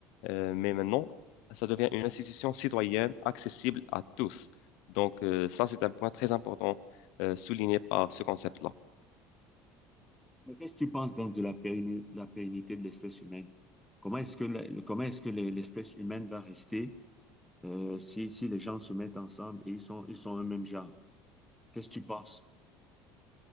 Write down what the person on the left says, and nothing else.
euh, mais maintenant, ça devient une institution citoyenne accessible à tous. Donc, euh, ça, c'est un point très important euh, souligné par ce concept-là.